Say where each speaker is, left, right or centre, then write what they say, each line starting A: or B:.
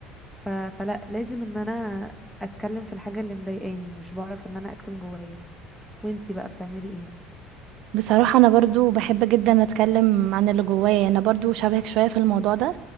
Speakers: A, in the centre; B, on the right.
A: ف... فلا لازم ان انا اتكلم في الحاجه اللي مضايقاني مش بعرف ان انا اكتم جوايا وانتي بقى بتعملي ايه
B: بصراحة انا برضو بحب جدا اتكلم عن اللي جوايا يعني انا برضو شبهك شوية في الموضوع ده